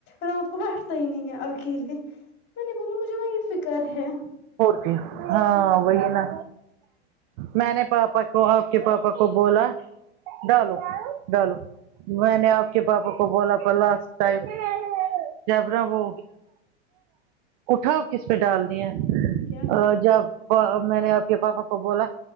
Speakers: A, on the left; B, on the right.
A: رات کو بیٹھتا ہی نہیں ہے اکیل کے میں نے بولا مجھے وہی فکر ہے
B: بھی ہاں وہی ہے نا میں نے پاپا تو آپ کے پاپا کو بولا ڈالو ڈالو میں نے آپ کے پاپا کو بولا تھا لاسٹ ٹائم جب نا وہ اٹھا کس پہ ڈال دیا ا
A: کیا
B: جب میں نے آپ کے پاپا کو بولا